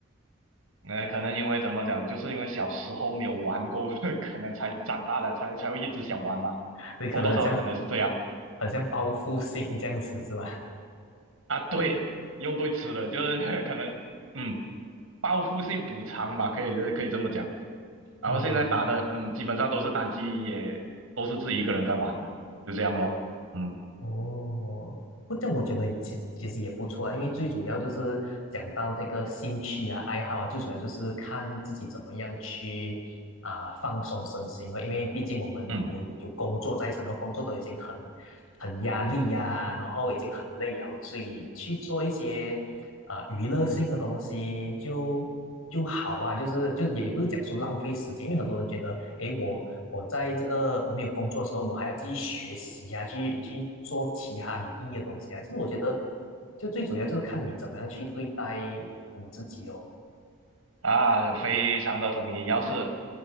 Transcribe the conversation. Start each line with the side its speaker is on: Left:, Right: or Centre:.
Right: 呃，可能因为怎么讲，就是因为小时候没有玩够，<laughs> 可能才长大了才才会一直想玩吧，
Left: 对，可能很像
Right: 多多少少可能是这样
Left: 很像报复性这样子是吧？
Right: 啊。对，用对词了，就是 <laughs> 可能嗯，报复性补偿吧，可以可以这么讲。然后现在打的嗯，
Left: 嗯。
Right: 基本上都是单机，也都是自己一个人在玩的，就这样咯。嗯
Left: 哦，不，这我觉得也其实其实也不错啊，因为最主要就是讲到这个兴趣啊、爱好啊，最主要就是看自己怎么样去啊、放松身心啊，因为毕竟我们有有工作在身，
Right: 嗯。
Left: 然后工作都已经很很压力呀、然后已经很累啊，所以去做一些啊、娱乐性的东西就就好啊，就是就是也也不是讲说浪费时间，因为很多人觉得，诶，我我在这个没有工作的时候，我还要继续学习呀、啊去去做其他有意义的东西啊。其实我觉得，就最主要就是看你怎么样去对待你自己哦。
Right: 啊，非常的同意。要是